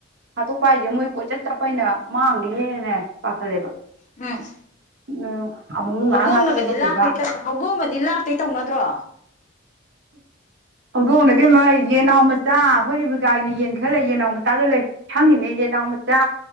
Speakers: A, on the right (about 60°); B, on the left (about 40°).
A: ꯍꯥꯠꯇꯣꯛꯄ ꯍꯥꯏꯖꯦ ꯃꯣꯏ ꯀꯣꯏꯆꯠ ꯆꯞꯄꯅ ꯃꯥꯡꯒꯤꯅꯤꯅꯦ ꯄꯥꯈꯠꯂꯦꯕ
B: ꯎꯝ
A: <inaudible> ꯉꯥꯏꯍꯥꯛ
B: ꯍꯧꯗꯣꯡꯅꯒꯗꯤ
A: ꯉꯥꯏꯍꯥꯛ ꯊꯥꯗꯣꯛꯄꯤꯕ
B: ꯂꯥꯛꯇꯩ ꯍꯧꯗꯣꯡꯒꯗꯤ ꯂꯥꯛꯇꯩ ꯇꯧꯅꯗ꯭ꯔꯣ
A: ꯍꯧꯗꯣꯡꯅ ꯏꯕꯦꯝꯃ ꯌꯦꯅꯥꯎ ꯃꯆꯥ ꯑꯩꯈꯣꯏꯔꯤꯕꯀꯥꯏꯅ ꯌꯦꯟ ꯈꯔ ꯂꯩ ꯌꯦꯟꯅꯥꯎ ꯃꯆꯥꯒ ꯂꯩ ꯁꯪꯉꯤꯅꯦ ꯌꯦꯅꯥꯎ ꯃꯆꯥ